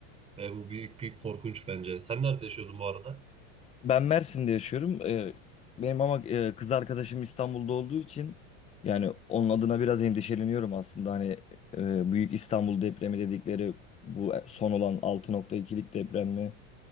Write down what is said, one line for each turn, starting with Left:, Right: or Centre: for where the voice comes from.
Right: Ve bu büyük bir korkunç bence. Sen nerede yaşıyordun bu arada?
Left: Ben Mersin'de yaşıyorum. Ee, benim ama e, kız arkadaşım İstanbul'da olduğu için yani onun adına biraz endişeleniyorum aslında. Hani e, büyük İstanbul depremi dedikleri bu son olan 6.2'lik deprem mi?